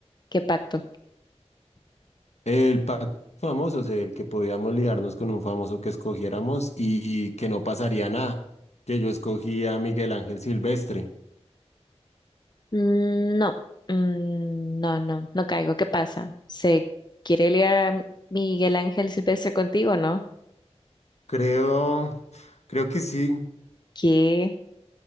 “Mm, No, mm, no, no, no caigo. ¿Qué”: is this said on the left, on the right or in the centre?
Left